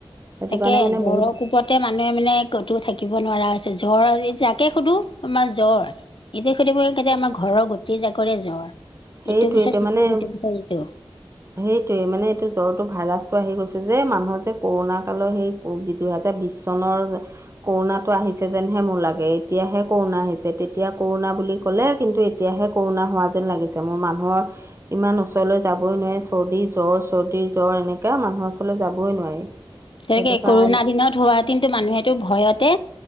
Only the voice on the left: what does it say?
তাকে,
জ্বৰ
কোবত গোটেই মানুহে মানে, ক'তো থাকিব নোৱাৰা হৈছে, জ্বৰ। <unintelligible> যাকে সুধো! আমাৰ জ্বৰ। ইটো-সিটো পৰা কেতিয়া, আমাৰ ঘৰৰ গোটেই জাকৰে জ্বৰ!
ইটোৰ পিছত
সিটো,
সিটো পিছত ইটো।
তেনেকে,
কৰ'না দিনত হোৱা হেতেন, ত' মানুহেটো ভয়তে,